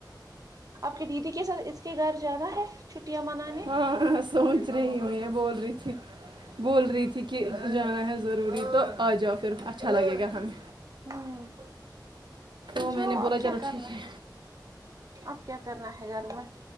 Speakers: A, on the right; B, on the right.
A: آپ کی دیدی کے ساتھ اس کے گھر جانا ہے چھٹیاں منانے
B: ہاں ہاں سوچ رہی ہ یہ بول رہی تھی بول رہی تھی کہ جانا ہے ضروری تو آ جاؤ پھر اچھا لگے گا ہمیں
A: ہوں
B: ا
A: جو
B: میں نے
A: اب
B: بولا چلو
A: کیا کرنا
B: ٹھیک ہے
A: اب کیا کرنا ہے گھر میں